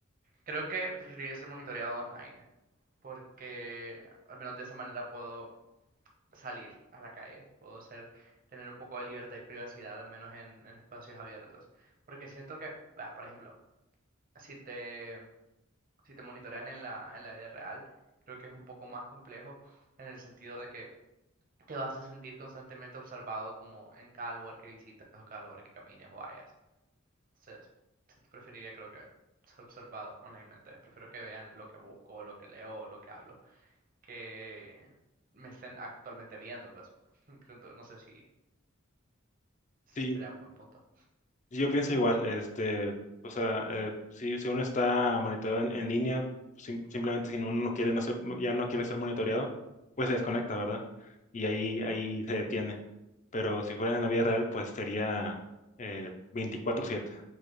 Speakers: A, on the right; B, on the left.
A: Creo que preferiría ser monitoreado online, porque al menos de esa manera puedo salir a la calle, puedo ser, tener un poco de libertad y privacidad, al menos en, en espacios abiertos. Porque siento que, va, por ejemplo, si te, si te monitorean en la, en la vida real, creo que es un poco más complejo en el sentido de que te vas a sentir constantemente observado como en cada lugar que visitas o cada lugar que camines o vayas. Entonces, sí preferiría creo que ser observado onlinemente. Prefiero que vean lo que busco, lo que leo, lo que hablo, que me estén actualmente viendo, pues. <laughs> Creo que- No sé si, si
B: Sí,
A: será un buen punto.
B: Yo pienso igual, este, o sea, eh, si, si uno está monitoreado en, en línea, sim- simplemente si uno no quiere, no ser- ya no quiere ser monitoreado, pues se desconecta, ¿verdad? Y ahí, ahí se detiene. Pero si fuera en la vida real, pues sería eh, 24/7